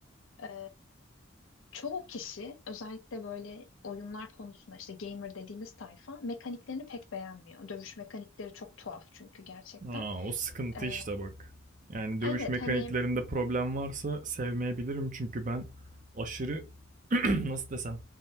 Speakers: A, on the left (about 70°); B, on the right (about 40°).
A: e, çoğu kişi özellikle böyle oyunlar konusunda işte gamer dediğimiz tayfa mekaniklerini pek beğenmiyor. Dövüş mekanikleri çok tuhaf çünkü gerçekten.
B: Aa, o sıkıntı
A: E,
B: işte bak. Yani dövüş
A: evet
B: mekaniklerinde
A: hani
B: problem varsa sevmeyebilirim çünkü ben aşırı <clears throat> nasıl desem